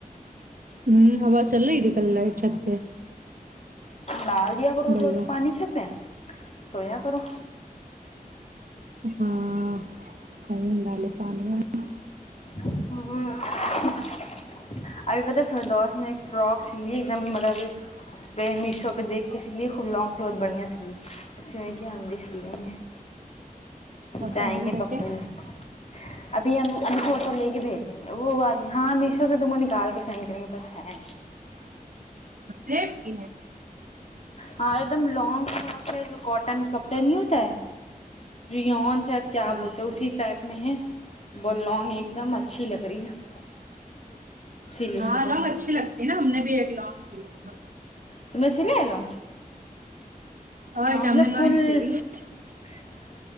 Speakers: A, on the right; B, on the left.
A: ہوں ہ چلو ایک ک الاائ چل پہ
B: دال دیا کرو
A: بڑھیا
B: جوچ پانی چ ن سویا کرو
A: ہاں <unintelligible> ہاں کالے <unintelligible> پانی <unintelligible>
B: ہ <inaudible> <inaudible> <unintelligible>
A: فوٹو
B: جائیں
A: مجھے
B: گے کپڑے
A: دیکھے
B: لے ابھی ہمبھی فوٹو لے کے بھیجیں گے وہ وال ہاں مشو سے تم <unintelligible> ٹال کے سینکرن کے پاس ہے
A: ریٹ کی ہے
B: ہاں ایک دم لانگ فرک ہے جو کاٹن کا کپڑا نہیں ہوتا ہے رون شاید کیا
A: ہاں
B: بولتے ہیں اسی ٹائپ میں ہے ب لانگ ایک دم اچھی لگ رہی ہے سلی
A: ہاں
B: سے تو
A: لانگ اچھی لگتی نا ہم نے بھی ایک لانگ <inaudible>
B: تم نے سلے لو
A: اور
B: ہاں
A: ج
B: اس
A: ہم نے وال
B: فل
A: کے لی <unintelligible>
B: <inaudible>